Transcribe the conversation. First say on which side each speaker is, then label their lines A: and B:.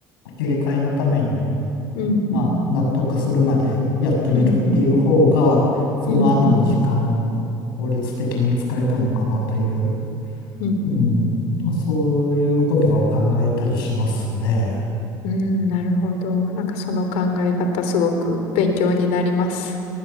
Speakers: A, on the left (about 90°); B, on the left (about 75°).
A: 切り替えのために、
B: うんうん。
A: まあ、納得するまでやってみるっていう方が、
B: うんうん。
A: その後の時間を効率的に使えたのかなという、
B: うんうん。うんうん。
A: うん、そういうことは考えたりしますね。
B: うん、なるほど。なんかその考え方すごく勉強になります。